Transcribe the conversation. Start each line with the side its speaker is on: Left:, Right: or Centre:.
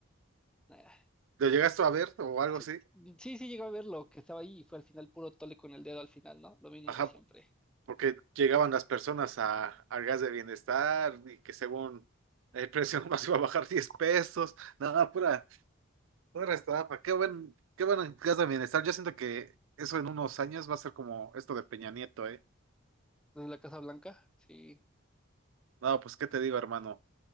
Centre: Ah,
Right: ¿Lo llegaste a ver o algo
Centre: Sí,
Right: así?
Centre: sí, sí llegó a verlo, que estaba ahí y fue al final puro tole con el dedo al final, ¿no? Lo mismo
Right: Ajá,
Centre: de siempre.
Right: porque llegaban las personas a, al gas de bienestar y que según el precio <laughs> nomás iba a bajar 10 pesos. Nada, pura, pura estafa. Qué buen, qué buen gas de bienestar. Yo siento que eso en unos años va a ser como esto de Peña Nieto, ¿eh?
Centre: Desde la Casa Blanca, sí.
Right: No, pues, ¿qué te digo, hermano?